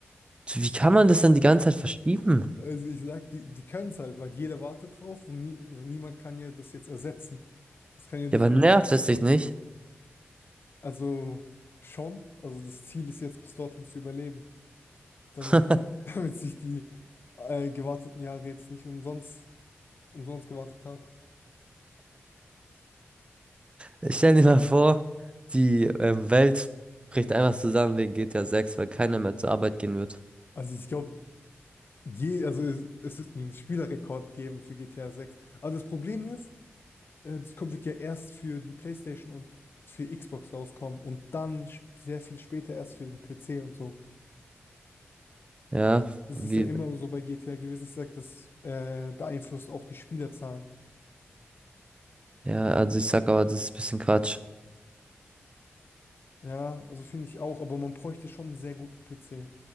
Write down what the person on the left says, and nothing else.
Also ich sag, die, die können es halt, weil jeder wartet drauf und nie, also niemand kann ja das jetzt ersetzen. Es kann ja nicht
irgendwie,
also schon, also das Ziel ist jetzt bis dorthin zu überleben, damit,
<laughs> damit sich die äh, gewarteten Jahre jetzt nicht umsonst, umsonst gewartet haben.
Also ich glaube, Je, also es es wird einen Spielerrekord geben für GTA 6. Aber das Problem ist, äh, das kommt- wird ja erst für die PlayStation und für Xbox rauskommen und dann sch- sehr viel später erst für den PC und so.
Das
ist ja immer so bei GTA gewesen. Ich sag, das äh, beeinflusst auch die Spielerzahlen.
Ja, also finde ich auch, aber man bräuchte schon einen sehr guten PC